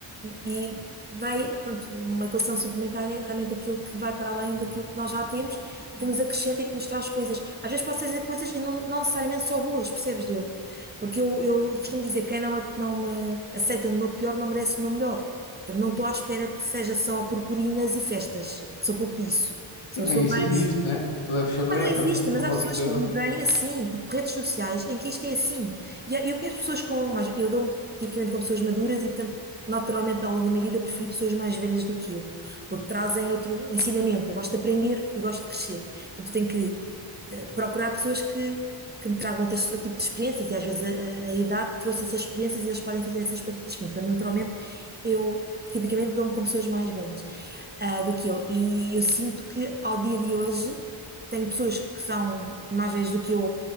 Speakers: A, on the right; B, on the left.
A: e, e vai, pronto, uma equação suplementar é realmente aquilo que vai para além daquilo que nós já temos e que nos acrescenta e que nos traz coisas. Às vezes pode ser coisas e não, não necessariamente só boas, percebes, Diogo? Porque eu, eu costumo dizer que quem não, a- não me aceita no meu pior não merece o meu melhor. Portanto, não estou à espera que seja só purpurinas e festas. Sou pouco disso. Sou,
B: E nem
A: sou
B: isso
A: mais.
B: existe, né? Tu deves saber
A: Ah, não existe,
B: também,
A: mas
B: como
A: há pessoas
B: eu percebo.
A: que vivem assim, tipo redes sociais, em que isto é assim. E há- eu conheço pessoas com mais. Eu dou tipicamente com pessoas maduras e, portanto, naturalmente, ao longo da minha vida, eu preferi pessoas mais velhas do que eu, porque trazem outro ensinamento. Eu gosto de aprender e gosto de crescer. Portanto, eu tenho que eh, procurar pessoas que, que me tragam outras- outro tipo de experiências. E às vezes a, a- a idade trouxe essas experiências e eles podem fazer essas partilhas comigo. Portanto, naturalmente, eu tipicamente dou-me com pessoas mais velhas ah, do que eu. E eu sinto que ao dia de hoje tenho pessoas que são mais velhas do que eu,